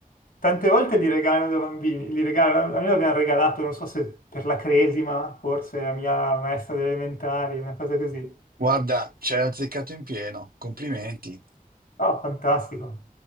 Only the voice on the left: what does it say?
tante volte li regalano da bambini. Li regalano, a me l'abbiamo regalato, non so se per la cresima, forse, la mia maestra delle elementari, una cosa così.
Oh, fantastico.